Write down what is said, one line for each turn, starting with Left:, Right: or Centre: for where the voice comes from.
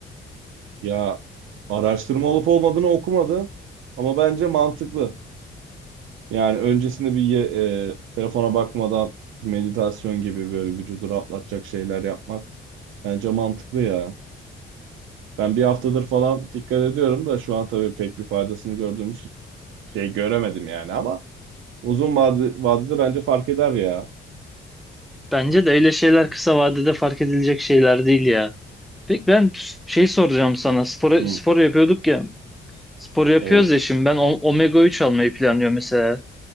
Right: Ya araştırma olup olmadığını okumadım ama bence mantıklı. Yani öncesinde bir ye- e, telefona bakmadan meditasyon gibi böyle vücudu rahatlatacak şeyler yapmak bence mantıklı ya. Ben bir haftadır falan dikkat ediyorum da şu an tabii pek bir faydasını gördüğümüz şey göremedim yani ama uzun vade, vadede bence fark eder ya.
Centre: Bence de öyle şeyler kısa vadede fark edilecek şeyler değil ya. Peki ben şey soracağım sana. Spor,
Right: Hı,
Centre: spor yapıyorduk ya. Spor yapıyoruz
Right: evet.
Centre: ya şimdi ben o- omega 3 almayı planlıyorum mesela.